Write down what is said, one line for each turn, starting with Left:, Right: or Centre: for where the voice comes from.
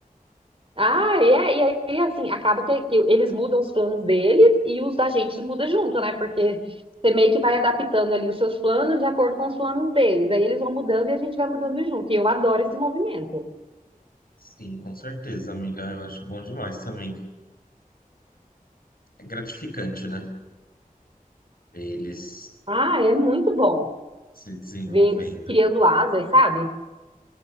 Right: Ah, e, é, e aí, assim, acaba que, que eles mudam os planos deles e os da gente muda junto, né? Porque você meio que vai adaptando ali os seus planos de acordo com os planos deles. Aí eles vão mudando e a gente vai mudando junto. E eu adoro esse movimento.
Left: Sim, com certeza, amiga, eu acho bom demais também. É gratificante, né, ver eles
Right: Ah, é muito bom
Left: se desenvolvendo.
Right: ver eles criando asas, sabe?